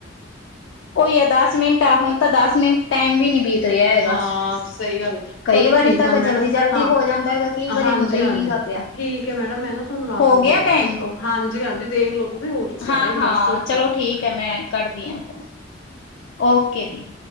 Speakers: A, on the left; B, on the left.
A: ਕੋਈ ਯ ਦਸ ਮਿੰਟ ਆ ਹੁਣ ਤਾਂ ਦਸ ਮਿੰਟ ਟਾਈਮ ਵੀ ਨੀ ਬੀਤ। ਰਿਹਾ ਹੈਗਾ।
B: ਹਾਂ ਸਹੀ ਗੱਲ
A: ਕਈ
B: ਚਲੋ
A: ਵਾਰੀ
B: ਠੀਕ
A: ਤਾਂ
B: ਆ ਮੈਡਮ
A: ਜਲਦੀ ਜਲਦੀ
B: ਹਾਂ
A: ਹੋ ਜਾਂਦਾ ਹੈਗਾ ਕਈ ਵਾਰੀ
B: ਹਾਂਜੀ
A: ਹੁੰਦਾ ਹੀ
B: ਹਾਂਜੀ।
A: ਨਹੀਂ ਗਾ ਪਿਆ।
B: ਠੀਕ ਹੈ ਮੈਡਮ ਮੈਂ ਨਾ ਤੁਹਾਨੂੰ ਰਾਤ
A: ਹੋ
B: ਨੂੰ
A: ਗਿਆ
B: ਕਰੂੰਗੀ
A: ਟਾਈਮ
B: ਠੀਕ ਹਾਂਜੀ ਹਾਂਜੀ ਦੇਖਲੋ ਤੁਸੀਂ ਹੋ ਚੁੱਕਿਆ
A: ਹਾਂ
B: ਟਾਈਮ
A: ਹਾਂ
B: ਦੱਸੋ।
A: ਚਲੋ ਠੀਕ ਹੈ ਮੈਂ ਕਰਦੀ ਹਾਂ ਫੋਨ ਓਕੇ ਦੀ।